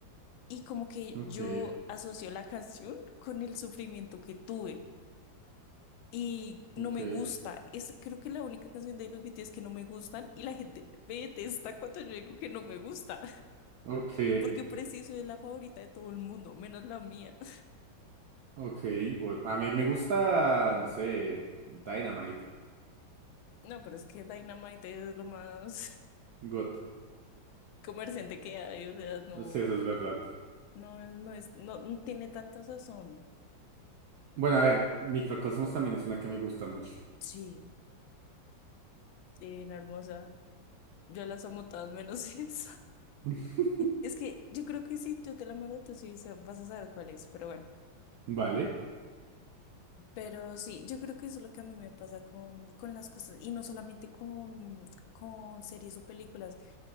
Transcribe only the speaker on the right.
Ok.
Ok.
Ok.
Ok. bu- a mí me gusta, no sé, Dynamite.
God.
No sé, eso es verdad.
Bueno, a ver, Microcosmos también es una que me gusta mucho.
<laughs>
Vale.